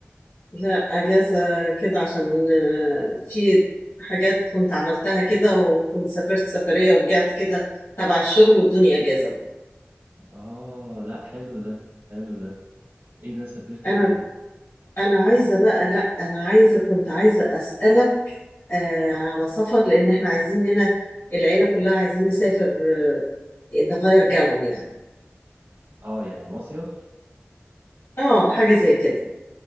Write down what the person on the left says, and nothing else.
لا اجازه كده عشان آه، في حاجات كنت عملتها كده وكنت سافرت سفريه ورجعت كده تبع الشغل والدنيا اجازه بقى.
انا
انا عايزه بقى لا انا عايزه كنت عايزه اسالك آه على سفر لان احنا عايزين هنا العيله كلها عايزين نسافر آه نغير جو يعني
اه حاجه زي كده